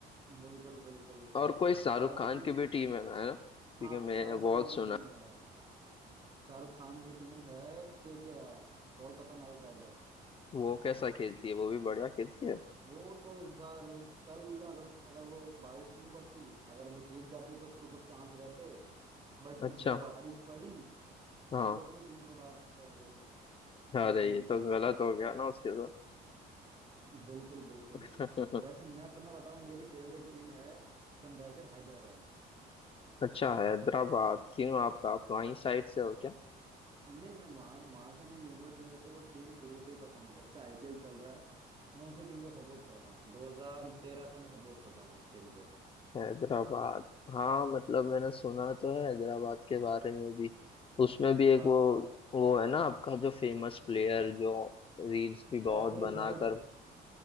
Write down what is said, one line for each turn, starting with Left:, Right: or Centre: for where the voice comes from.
Right: बिल्कुल बिल्कुल
Left: और कोई शाहरुख
Right: बाकी
Left: खान की भी टीम है ना है ना क्योंकि
Right: हाँ
Left: मैं
Right: शाहरुख
Left: बहुत
Right: खान की
Left: सुना
Right: टीम है शाहरुख खान की टीम है के के आर कोलकाता नाइट राइडर
Left: वो कैसा खेलती है वो भी बढ़िया खेलती है
Right: वो तो इस बार कल अगर उस, अगर वो बारिश नहीं पड़ती अगर वो जीत जाती तो उसको कुछ चांस रहते बट
Left: अच्छा
Right: वो बारिश पड़ी
Left: हाँ
Right: तो वो भी टीम से बाहर हो गई टूर्नामेंट
Left: अरे ये
Right: से
Left: तो गलत हो गया ना उसके
Right: बिल्कुल बिल्कुल
Left: साथ
Right: वैसे मैं अपना बताऊं मेरी फेवरेट टीम है सनराइजर हैदराबाद
Left: <laughs> अच्छा हैदराबाद क्यों आप आप वहीं साइड से हो
Right: नहीं मैं वहां वहां से नहीं हूँ बट मेरे को वो टीम शुरू से ही पसंद है जब से आईपीएल चल रहा है तो मैं उसी टीम को सपोर्ट करता हूँ 2013 से मैं सपोर्ट करता हूँ उस टीम को
Left: हैदराबाद हाँ मतलब मैंने सुना तो है हैदराबाद के बारे में भी उसमें भी
Right: हाँ
Left: एक वो वो है ना आपका जो फेमस प्लेयर जो रील्स भी
Right: Travis
Left: बहुत बनाकर
Right: Head